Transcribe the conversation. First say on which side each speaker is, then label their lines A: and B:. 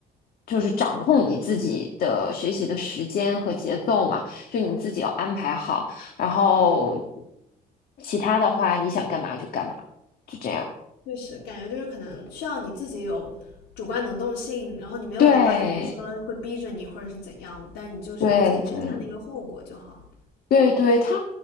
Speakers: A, on the left; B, on the left.
A: 就是掌控你自己的学习的时间和节奏嘛，就你自己要安排好，然后其他的话你想干嘛就干嘛，就这样。
B: 确实，感觉就是可能需要你自己有主观能动性，然后你没有的话，
A: 对
B: 也不是说会逼着你或者是怎样，但你就是自己承担那个后果就好。
A: 对对。对对，他